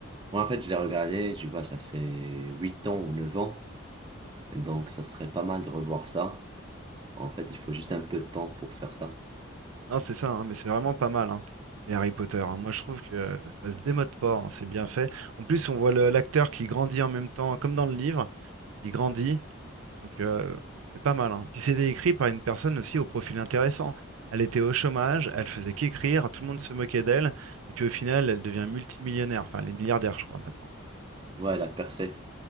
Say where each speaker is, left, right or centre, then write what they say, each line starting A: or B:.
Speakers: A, on the right; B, on the right.
A: ouais, en fait, je l'ai regardé, tu vois, ça fait 8 ans ou 9 ans. Et donc, ça serait pas mal de revoir ça. En fait, il faut juste un peu de temps pour faire ça.
B: Non, c'est ça, hein, mais c'est vraiment pas mal, hein, les Harry Potter. hein. Moi, je trouve que euh, ça se démode pas, hein, c'est bien fait. En plus, on voit le- l'acteur qui grandit en même temps, comme dans le livre, il grandit, donc euh, c'est pas mal. hein. Puis c'était écrit par une personne aussi au profil intéressant. Elle était au chômage, elle faisait qu'écrire, tout le monde se moquait d'elle, et puis au final, elle devient multimillionnaire, enfin, elle est milliardaire, je crois, maintenant.
A: Ouais, la percée.